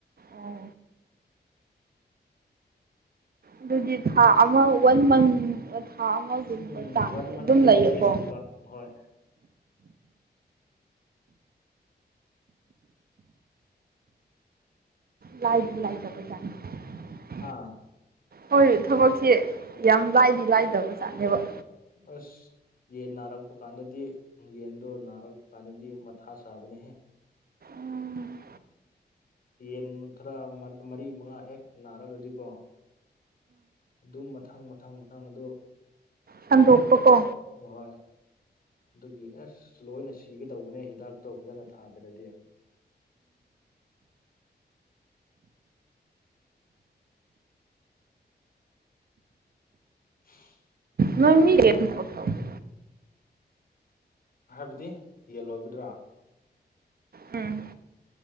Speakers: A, on the right; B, on the left.
A: ꯑꯣ ꯑꯗꯨꯗꯤ ꯊꯥ ꯑꯃ ꯋꯥꯟ ꯃꯟ ꯊꯥ ꯑꯃꯒꯨꯝꯕ
B: ꯎꯝ
A: ꯆꯥꯡꯁꯦ
B: ꯋꯥꯟ ꯃꯟ
A: ꯑꯗꯨꯝ
B: ꯇꯦꯟ
A: ꯂꯩꯌꯦꯀꯣ
B: ꯗꯦꯖꯒꯨꯝꯕ ꯍꯣꯏ
A: ꯂꯥꯏꯗꯤ ꯂꯥꯏꯗꯕꯖꯥꯅꯤ <unintelligible>
B: ꯑꯥ
A: ꯍꯣꯏ ꯊꯕꯛꯁꯦ ꯌꯥꯝ ꯂꯥꯏꯗꯤ ꯂꯥꯏꯗꯕꯖꯥꯠꯅꯦꯕ
B: ꯑꯁ ꯌꯦꯟ ꯅꯥꯔꯛꯄ ꯀꯥꯟꯗꯗꯤ ꯌꯦꯟꯗꯣ ꯅꯥꯔꯛꯄ ꯀꯥꯟꯗꯗꯤ ꯃꯊꯥ ꯆꯥꯕꯅꯦꯍꯦ
A: ꯎꯝ
B: ꯌꯦꯟ ꯈꯔ ꯃꯔꯤ ꯃꯉꯥ ꯍꯦꯛ ꯅꯥꯔꯒꯗꯤꯀꯣ ꯑꯗꯨꯝ ꯃꯊꯪ ꯃꯊꯪ ꯃꯊꯥꯡ ꯑꯗꯨ
A: ꯁꯟꯗꯣꯛꯄꯀꯣ
B: ꯀꯩꯅꯣ ꯍꯣꯏ ꯑꯗꯨꯒꯤ ꯑꯁ ꯂꯣꯏꯅ ꯁꯤꯒꯗꯧꯕꯅꯦ ꯍꯤꯗꯥꯛꯇꯣ ꯐꯖꯅ ꯊꯥꯗꯔꯗꯤ <unintelligible>
A: ꯅꯣꯏ ꯃꯤ ꯀꯌꯥ ꯇꯧꯒꯦ
B: ꯍꯥꯏꯕꯗꯤ ꯌꯦꯟꯂꯣꯏꯕꯗ꯭ꯔꯣ
A: ꯎꯝ